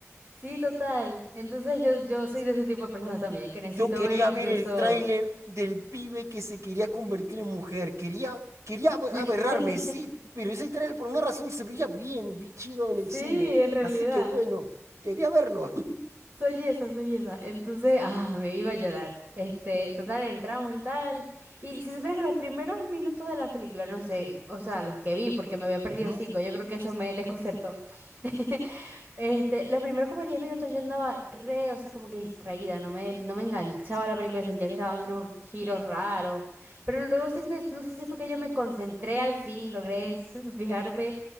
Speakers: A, on the right; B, on the right.
A: Sí, total. Entonces yo, yo soy de ese tipo de personas también, que necesito
B: Yo quería
A: ver incluso...
B: ver el tráiler del pibe que se quería convertir en mujer. Quería, quería abe- aberrarme,
A: <laughs>
B: sí, pero ese tráiler por una razón se veía bien, bien chido en
A: Sí,
B: el cine.
A: en realidad.
B: Así que bueno, quería verlo.
A: Soy esa, soy esa. Entonces, ah, me iba a llorar. Este, total, entramos y tal. Y si supieras que los primeros minutos de la película, no sé, o sea, los que vi, porque me había perdido
B: <laughs> Ujú.
A: cinco, yo creo que eso me desconcertó. <laughs> Este, los primeros como diez minutos yo andaba re, o sea, como que distraída, no me, no me enganchaba la película, sentía que estaba dando unos giros raros. Pero luego se empezó, no sé si fue que yo me concentré al fin, logré <laughs> s- fijarme,